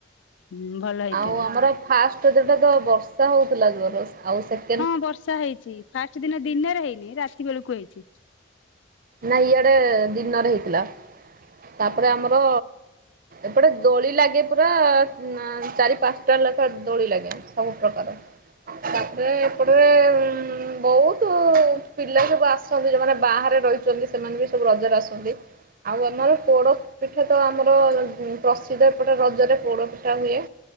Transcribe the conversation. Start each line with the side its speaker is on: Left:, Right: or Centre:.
Left: ହୁଁ ଭଲ ହେଇଥିଲା
Right: ଆଉ ଆମର ଫାଷ୍ଟେ ରଜଟାତ ବର୍ଷା ହଉଥିଲା ଜୋରେ ଆଉ ସେଖେ
Left: ହଁ ବର୍ଷା ହେଇଚି ଫାଷ୍ଟେ ଦିନ ଦିନରେ ହେଇନି ରାତି ବେଳକୁ ହେଇଚି।
Right: ନାଇ ଇଆଡ଼େ ଦିନରେ ହେଇଥିଲା ତାପରେ
Left: ହୁଁ
Right: ଆମର ଏପଟେ ଦୋଳି ଲାଗେ ପୁରା ଉଁ ଚାରି, ପାଂଶାଟା, ଲେଖା ଦୋଳି ଲାଗେ ସବୁ ପ୍ରକାର।
Left: <inaudible>
Right: ତାପରେ ଏପଟରେ ଉଁ ବୋଉ ବୋହୁତୁ ପିଲା ସବୁ ଆସନ୍ତି ଯୋଉମାନେ ବାହାରେ ରହିଚନ୍ତି ସେମାନେ ବି ସବୁ ରଜରେ ଆସନ୍ତି। ଆଉ ଆମର ପୋଡୋ ପିଠା ତ ଆମର ପ୍ରସିଦ୍ଧ ଏପଟେ ରଜରେ ପୋଡୋ ପିଠା ହୁଏ।